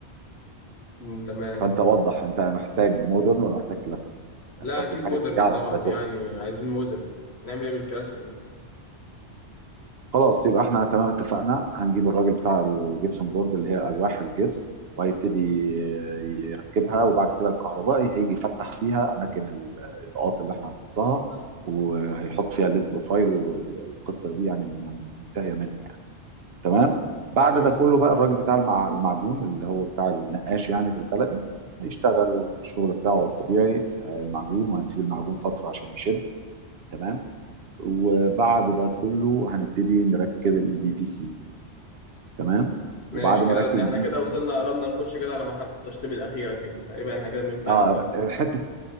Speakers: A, on the left (about 65°); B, on the right (about 65°).
A: أمم، تمام
B: فانت وضح انت محتاج مودرن ولا محتاج كلاسيك يعني
A: لا
B: برضه
A: أكيد
B: الحاجه
A: مودرن
B: ترجع
A: طبعا
B: لك ده ذوق
A: يعني عايزين مودرن يعني. هنعمل إيه بالكلاسيك ده
B: خلاص يبقى احنا تمام اتفقنا هنجيب الراجل بتاع الجبسون بورد اللي هي الواح الجبس وهيبتدي يركبها وبعد كده الكهربائي هيجي يفتح فيها اماكن الاضاءات اللي احنا هنحطها وهيحط فيها الليد بروفايل والقصه دي يعني م- منتهيه منها يعني تمام بعد
A: تمام
B: ده كله بقى الراجل بتاع المع- المعجون اللي هو بتاع النقاش يعني بالبلدي هيشتغل الشغل بتاعه الطبيعي آه، المعجون وهنسيب المعجون فتره عشان يشد تمام وبعد ده كله هنبتدي نركب البي في سي تمام
A: ماشي
B: وبعد ما
A: كده
B: اركب
A: ده
B: البي
A: إحنا كده
B: في سي
A: وصلنا قربنا نخش كده على محطة التشطيب الأخيرة كده تقريبا إحنا كده بنفنش
B: اه حته